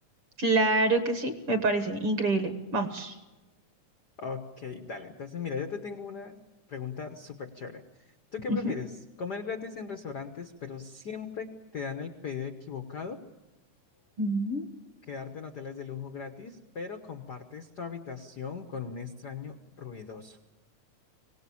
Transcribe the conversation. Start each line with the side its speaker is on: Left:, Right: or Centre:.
Right: claro que sí, me parece increíble. Vamos.
Left: Ok, dale. Entonces mira, yo te tengo una pregunta súper chévere. ¿Tú qué
Right: Ujú.
Left: prefieres? ¿Comer gratis en restaurantes pero siempre te dan el pedido equivocado?
Right: Ujú.
Left: quedarte en hoteles de lujo gratis, pero compartes tu habitación con un extraño ruidoso.